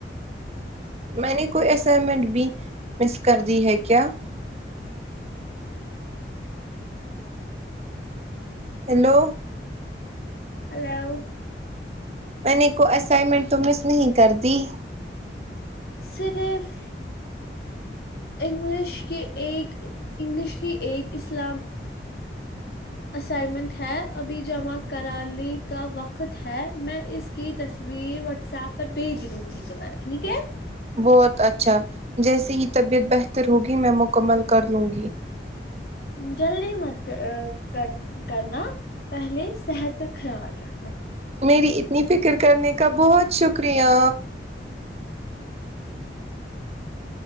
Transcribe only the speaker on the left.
ہیلو
صرف انگلش کی ایک انگلش کی ایک اسلام اسائمنٹ ہے ابھی جمع کرانے کا وقت ہے میں اس کی تصویر واٹس ایپ پر بھیج دوں گی تو میں ٹھیک ہے
جلدی مت کر کرنا پہلے صحت کا خیال رکھنا